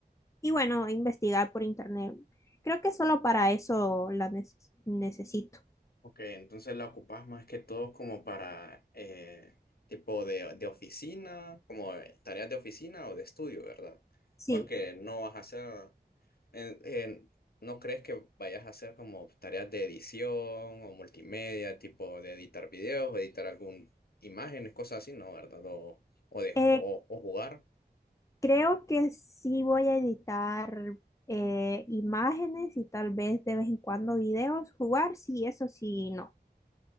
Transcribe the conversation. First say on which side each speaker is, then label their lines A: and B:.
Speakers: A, on the left; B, on the left.
A: y bueno, investigar por internet. Creo que solo para eso la neces- necesito.
B: Ok, entonces la ocupas más que todo como para eh, tipo de, de oficina, como eh, tareas de oficina o de estudio, ¿verdad?
A: Sí,
B: Porque no vas a hacer, en- en- no crees que vayas a hacer como tareas de edición o multimedia, tipo de editar videos o editar algún imágenes, cosas así, ¿no? ¿Verdad? O, o de
A: eh,
B: ju- o, o jugar.
A: creo que sí voy a editar eh, imágenes y tal vez de vez en cuando videos, jugar, sí, eso sí, no.